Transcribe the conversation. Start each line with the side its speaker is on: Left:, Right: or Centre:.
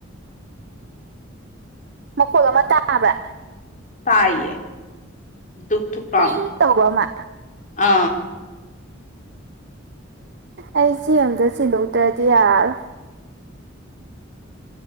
Right: ꯃꯈꯣꯜ ꯑꯃ ꯇꯥꯕ꯭ꯔꯥ
Left: ꯇꯥꯏꯌꯦ ꯗꯨꯛ ꯊꯨꯛ ꯄꯝ
Right: ꯀ꯭ꯔꯤꯡ ꯇꯧꯕ ꯑꯃ
Left: ꯑ
Right: ꯑꯩ ꯁꯤ ꯑꯝꯇ ꯁꯤꯟꯗꯣꯛꯇ꯭ꯔꯗꯤ ꯌꯥꯔꯔꯣꯏ